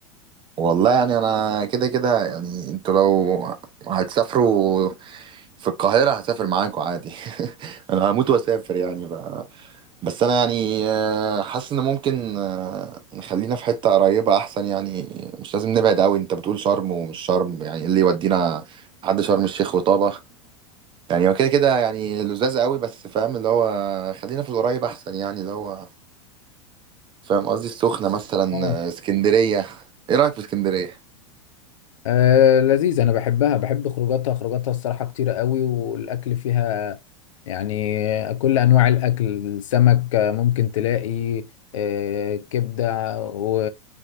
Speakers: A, on the right (about 30°); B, on the left (about 70°).
A: والله يعني انا كده كده يعني انتوا لو هتسافروا في القاهره هسافر معاكوا عادي <laughs> انا هموت واسافر يعني بس انا يعني آه، حاسس ان ممكن آه، نخلينا في حتة قريبة احسن يعني مش لازم نبعد قوي انت بتقول شرم ومش شرم يعني إيه اللي يودينا لحد شرم الشيخ وطابة يعني هو كده كده يعني لذاذ قوي بس فاهم اللي هو خلينا في القريب احسن يعني اللي هو فاهم قصدي السخنة مثلا
B: اه
A: آه، اسكندرية ايه رأيك في اسكندرية
B: آه لذيذ انا بحبها بحب خروجاتها خروجاتها الصراحه كتيره قوي والاكل فيها يعني كل انواع الاكل سمك آه، ممكن تلاقي آه كبده و...